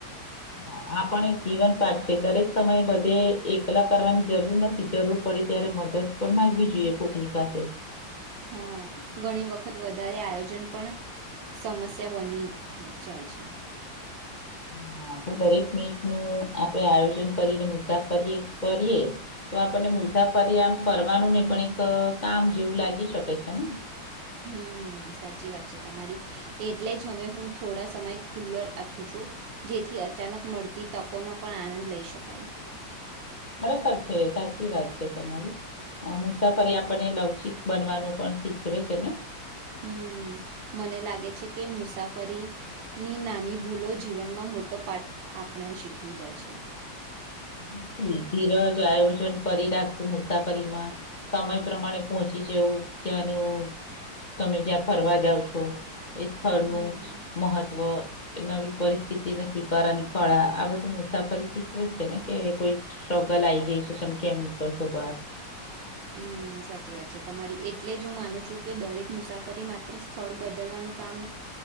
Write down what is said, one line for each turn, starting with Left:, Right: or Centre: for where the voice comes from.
Left: હ આ પણ એક જીવન પાઠ છે દરેક સમયે બધે એકલા કરવાની જરૂર નથી જરૂર પડે ત્યારે મદદ પણ માંગવી જોઈએ કોકની પાસે.
Right: હા ઘણી વખત વધારે આયોજન પણ સમસ્યા બની જાય છે.
Left: હા તું બરી. નીટ નું આપડે આયુ. કરીને મુસાફરીએ કરીએ તો આપણને મુસાફરી આમ ફરવાનું નહી પણ એક કામ જેવું લાગી શકે છે ને.
Right: હમ સાચી વાત છે તમારી એટલે જ હવે હું થોડા સમય ખુલ્લો રાખું છું જેથી અચાનક મળતી તકોનો પણ આનંદ લઈ શકાય.
Left: ખરેખર છે સાચી વાત છે તમારી મુસાફરી આપણને લવચક બનવાનું પણ શીખવે છે ને.
Right: હમ મને લાગે છે કે મુસાફરીની નાની ભૂલો જીવનમાં મોટો પાઠ આપણે શીખવી જાય છે.
Left: બિલકુલ ધીરજ આયોજન કરી રાખવું. મુસાફરીમાં સમય પ્રમાણે પહોંચી જવું ત્યાંનું તમે જ્યાં ફરવા જાવ છો. એ સ્થળનું
Right: હમ. મહત્વ
Left: મહત્વ. એ નવી પરિસ્થિતિ ને સ્વીકારવાની કળા આ બધું મુસાાફરી શીખવે છે ને. કે કોઈ શોગ લ આઈ ગઈ
Right: ને
Left: કે તમે કેમ નીકળશો બાર.
Right: હમ સાચી વાત છે તમારી. એટલે જ હું માનું છું કે દરેક મુસાફરી માત્ર સ્થળ બદલવાનું કામ